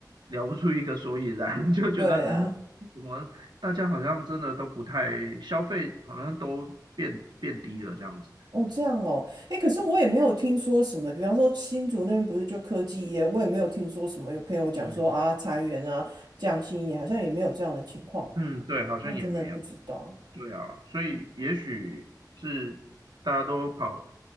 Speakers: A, on the right; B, on the right.
A: 聊不出一个所以然，<laughs> 就觉得嗯，
B: 对啊。
A: 怎么大家好像真的都不太消费，好像都变变低了这样子。
B: 哦，这样哦，哎，可是我也没有听说什么，比方说新竹那边不是就科技业，我也没有听说什么有朋友讲说啊裁员啊降薪也好像也没有这样的情况啊，
A: 嗯嗯，对，好像也没有。
B: 那真的不知道。
A: 对啊，所以也许是大家都跑